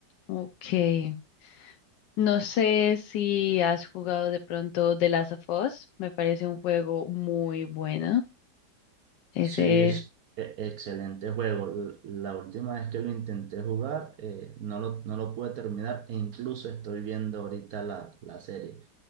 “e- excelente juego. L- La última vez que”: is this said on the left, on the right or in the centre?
Right